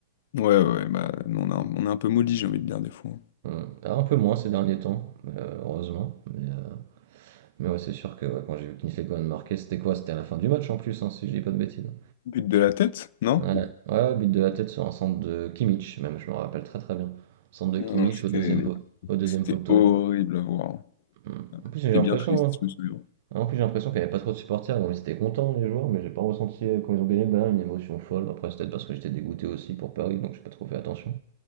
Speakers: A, on the left (about 55°); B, on the right (about 55°).
A: Ouais, ouais, bah, nous, on a un- on est un peu maudits, j'ai envie de dire, des fois.
B: Hum. Ah, Un peu moins ces derniers temps, euh, heureusement. Mais, euh, mais ouais, c'est sûr que ouais, quand j'ai vu Kinfekoren marquer, c'était quoi? C'était à la fin du match en plus, hein, si je dis pas de bêtises. hein.
A: But de la tête, non?
B: Ouais, ouais, but de la tête sur un centre de Kimmich, même, je me rappelle très très bien. Centre de
A: Non,
B: Kimmich
A: c'était
B: au deuxième, pot- au deuxième
A: c'était
B: poteau.
A: horrible à voir.
B: Hmm. En plus, j'ai
A: C'était
B: l'impression,
A: bien triste,
B: hein.
A: je me souviens.
B: en plus, j'ai l'impression qu'il n'y avait pas trop de supporters. Bon, ils étaient contents, les joueurs, mais j'ai pas ressenti, euh, quand ils ont gagné le Bayern, une émotion folle. Après, c'est peut-être parce que j'étais dégoûté aussi pour Paris, donc j'ai pas trop fait attention.